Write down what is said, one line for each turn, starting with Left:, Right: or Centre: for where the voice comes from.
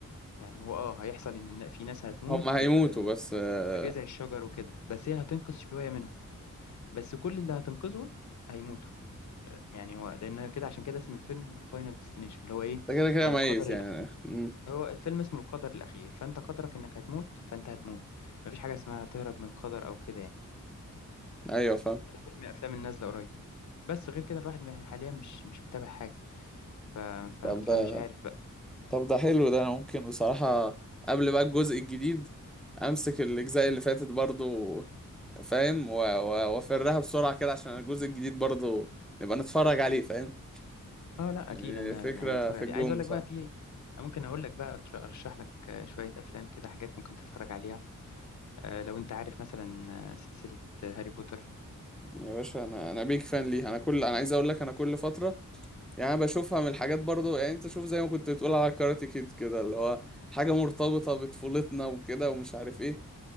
Left: يعني هو اه هيحصل ان الن- في ناس هتموت
Centre: هم هيموتوا
Left: ب-
Centre: بس آه،
Left: بجذع الشجر وكده بس هي هتنقذ شوية منهم بس كل اللي هتنقذهم هيموتوا آه، يعني هو لان كده عشان كده اسم الفيلم فاينل ديستنيشن اللي هو ايه
Centre: انت كده كده
Left: القدر
Centre: ميت
Left: الاخير
Centre: يعني مم.
Left: هو الفيلم اسمه القدر الاخير فانت قدرك انك هتموت فانت هتموت مفيش حاجة اسمها تهرب من القدر او كده يعني
Centre: ايوه فاهم
Left: فيلم من الافلام اللي نازلة قريب بس غير كده الواحد يعني حاليا مش مش متابع حاجة ف... ف...
Centre: طب
Left: فمش
Centre: ده
Left: عارف بقى
Centre: طب ده حلو ده انا ممكن بصراحة قبل بقى الجزء الجديد امسك الاجزاء اللي فاتت برضو فاهم و- و- وافرها بسرعة كده عشان الجزء الجديد برضو نبقى نتفرج عليه فاهم
Left: اه لا
Centre: يعني
Left: اكيد انا
Centre: فكرة
Left: يعني اتفرج
Centre: في
Left: عليه
Centre: الجون
Left: عايز اقول
Centre: بصراحة
Left: لك بقى في ممكن اقول لك بقى أتر- ارشح لك آه، شوية افلام كده حاجات ممكن تتفرج عليها آه، لو انت عارف مثلا آه، سلسلة آه، هاري بوتر
Centre: يا باشا انا انا بيك فان ليها انا كل انا عايز اقول لك انا كل فترة يعني انا بشوفها من الحاجات برضو يعني انت شوف زي ما كنت بتقول على كاراتي كيد كده اللي هو حاجة مرتبطة بطفولتنا وكده ومش عارف ايه